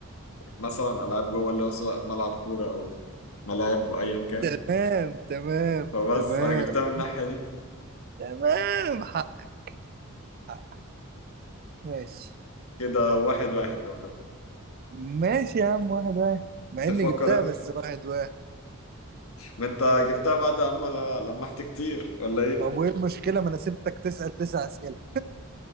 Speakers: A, on the left; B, on the right.
A: مثلا ألعاب جوه اللي هو سواء ملعب كورة أو ملاعب وأيا كان
B: تمام تمام
A: فبس
B: تمام
A: أنا جبتها من الناحية دي
B: تمام حق حق ماشي
A: كده واحد واحد يعتبر
B: ماشي يا عم واحد واحد مع
A: تفكر
B: اني جبتها
A: انت
B: بس واحد واحد
A: ما انت
B: ماشي
A: جبتها بعد اما ل- لمحت كتير ولا ايه
B: طب وايه المشكلة ما انا سبتك تسأل تسع اسئلة